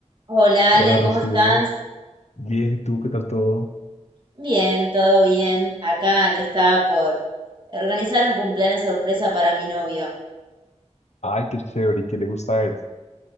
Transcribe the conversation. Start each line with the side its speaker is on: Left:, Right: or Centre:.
Right: Hola
Left: Hola
Right: Ale,
Left: Rocío,
Right: ¿cómo estás?
Left: bien, ¿y tú qué tal todo?
Right: Bien, todo bien. Acá le estaba por organizar un cumpleaños sorpresa para mi novio.
Left: Ay, qué chévere, ¿y qué le gusta a él?